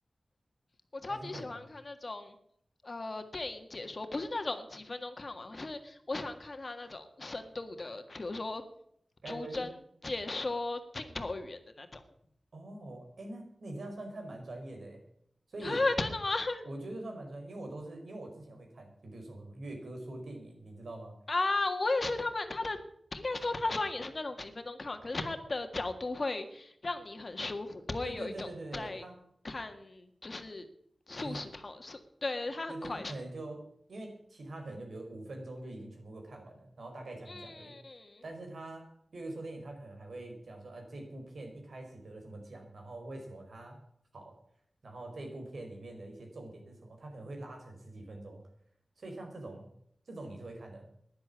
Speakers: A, on the left; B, on the right.
A: 我超级喜欢看那种呃电影解说，
B: 还是会吗？
A: 不是那种几分钟看完，是我喜欢看他那种深度的，比如说
B: 该不会是
A: 逐帧解说镜头语言的那种。
B: 哦，哎，那那你这样算看蛮专业的哎，所以
A: <laughs> 真的吗？
B: 我觉得算蛮专业，因为我都是因为我之前会看，就比如说什么《月哥说电影》，你知道吗？
A: <laughs> 啊，我也是。他们他的应该说他虽然也是那种几分钟看完，可是他的角度会让你很舒服，不会有一种在看就是速食跑速，
B: 对对对对对对，他就是
A: 对，他很快速。
B: 对对，他可能就因为其他可能就比如五分钟就已经全部都看完了，然后大概讲一讲而已。
A: 嗯。
B: 但是他越个说电影，他可能还会讲说啊，这部片一开始得了什么奖，然后为什么它好，然后这部片里面的一些重点是什么，他可能会拉成十几分钟。所以像这种这种你是会看的